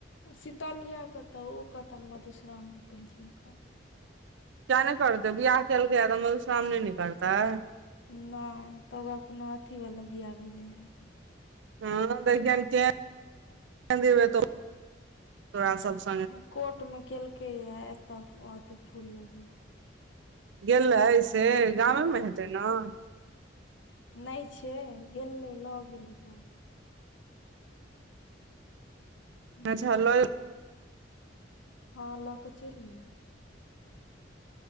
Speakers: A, on the left; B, on the right.
A: शीतलिया कतऽ ओ कतऽ मधुश्रामणी पंचमी करतौ।
B: किया नै करतै बियाह केलकैये त मधुश्रामणी नै करतय।
A: नै त ओकरा कोनो अथी बला बियाह भेलैये।
B: हूँ देखीहेन केहेन <unintelligible> दिन मे एतौ तोरा सब स
A: उ कोर्ट मे केलकैये एतऽ ओ एतै फूल लोरहय ले।
B: गेललै से गामे म हेतै नऽ।
A: नै छै गेललै लऽ गेलै बड़। हुं
B: अच्छा लऽ
A: हँ लऽ कऽ चलि गेलै।